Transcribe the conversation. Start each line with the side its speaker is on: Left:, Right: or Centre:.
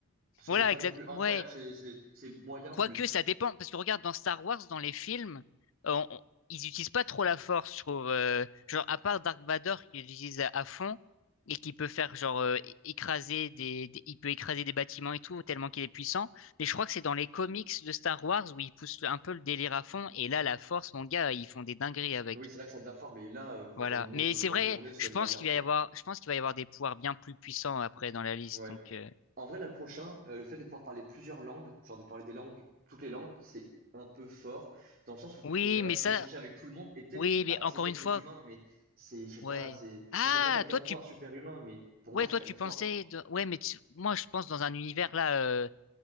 Right: Parce
Left: Voilà,
Right: que c'est pas
Left: exact.
Right: non plus incroyable.
Left: Ouais.
Right: C'est c'est c'est moyen
Left: Quoique,
Right: plus.
Left: ça dépend. Parce que regarde, dans Star Wars, dans les films, euh, on- ils utilisent pas trop la force, je trouve. Euh, genre, à part Dark Vador qui l'utilise à, à fond et qui peut faire, genre, euh, é- écraser des, des- Il peut écraser des bâtiments et tout, tellement qu'il est puissant. Mais je crois que c'est dans les comics de Star Wars où ils poussent un peu le délire à fond. Et là, la force, mon gars, ils font des dingueries avec.
Right: Oui, c'est là que ça devient fort. Mais là, euh,
Left: Voilà.
Right: dans le monde
Left: Mais
Right: euh,
Left: c'est
Right: dans
Left: vrai,
Right: lequel on est, c'est
Left: je
Right: moyen
Left: pense qu'il va
Right: quoi.
Left: y avoir, je pense qu'il va y avoir des pouvoirs bien plus puissants après dans la liste.
Right: Ouais.
Left: Donc euh,
Right: En vrai, là, le prochain, heu, le fait de pouvoir parler plusieurs langues, genre de parler des langues, toutes les langues, c'est un peu fort, dans le sens où
Left: oui,
Right: tu es capable
Left: mais ça,
Right: d'échanger avec tout le monde et peut-être,
Left: oui,
Right: bah,
Left: mais
Right: après
Left: encore
Right: c'est qu'avec
Left: une fois,
Right: les humains, mais c'est, je sais
Left: ouais.
Right: pas, c'est,
Left: Ah,
Right: ça fait pas quelqu'un
Left: toi
Right: de
Left: tu,
Right: toi un super humain, mais pour
Left: ouais,
Right: moi c'est
Left: toi
Right: quand
Left: tu
Right: même fort.
Left: pensais, de- ouais, mais tu- moi je pense dans un univers là, euh,